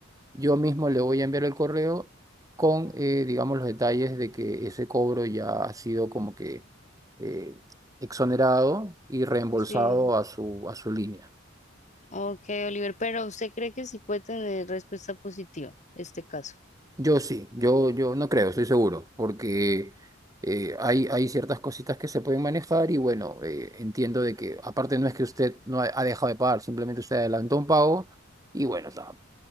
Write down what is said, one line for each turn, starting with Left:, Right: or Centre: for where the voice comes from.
Right: yo mismo le voy a enviar el correo con, eh, digamos, los detalles de que ese cobro ya ha sido como que eh, exonerado y reembolsado
Left: sí.
Right: a su, a su línea.
Left: Ok, Oliver, pero ¿usted cree que sí puede tener respuesta positiva este caso?
Right: Yo sí, yo, yo no creo, estoy seguro, porque eh, hay, hay ciertas cositas que se pueden manejar y bueno, eh, entiendo de que aparte no es que usted no ha, ha dejado de pagar, simplemente usted adelantó un pago y bueno, o sea,